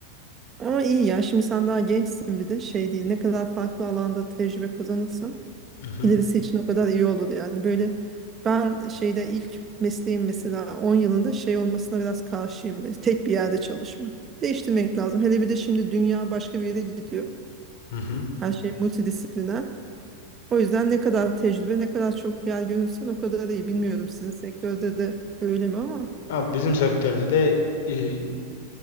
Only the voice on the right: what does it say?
Ama iyi ya. Şimdi sen daha gençsin bir de şey değil. Ne kadar farklı alanda tecrübe kazanırsan.
ilerisi için o kadar iyi olur yani. Böyle ben şeyde ilk mesleğim mesela 10 yılında şey olmasına biraz karşıyım. Böyle tek bir yerde çalışmak. Değiştirmek lazım. Hele bir de şimdi dünya başka bir yere gidiyor.
Her şey multidisipliner. O yüzden ne kadar tecrübe, ne kadar çok yer görürsen o kadar iyi. Bilmiyorum sizin sektörde de öyle mi ama.